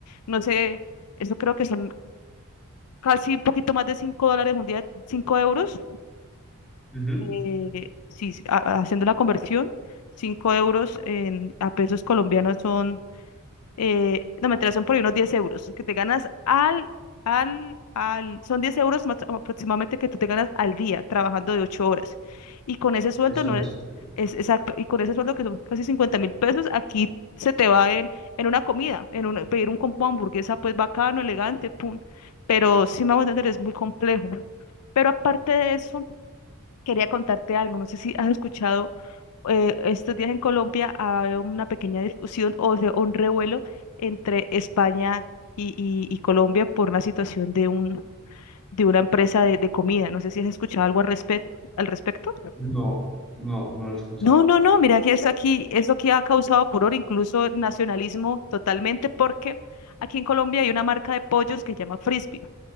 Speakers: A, on the left; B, in the centre.
A: no sé, eso creo que son casi un poquito más de 5 dólares, un día 5 euros.
B: Ujú.
A: eh, sí, sí, ha- haciendo la conversión, 5 euros en, a pesos colombianos son eh, no, mentira, son por ahí unos 10 euros que te ganas al, al, al, son 10 euros más aproximadamente que tú te ganas al día trabajando de 8 horas. Y con ese sueldo
B: es
A: no
B: un desastre.
A: es, es exacto, y con ese sueldo que son casi cincuenta mil pesos, aquí se te va en, en una comida, en una- pedir un combo de hamburguesa, pues bacano, elegante, pum. Pero sí me voy a entender, es muy complejo. Pero aparte de eso, Quería contarte algo, no sé si has escuchado eh, estos días en Colombia hay una pequeña discusión o sea, un revuelo entre España y, y- y Colombia por una situación de un de una empresa de, de comida. No sé si has escuchado algo al respecto, al respecto.
B: No, no, no lo he escuchado.
A: No, no, no, mira que eso aquí es lo que ha causado furor, incluso nacionalismo totalmente, porque aquí en Colombia hay una marca de pollos que se llama Frisby.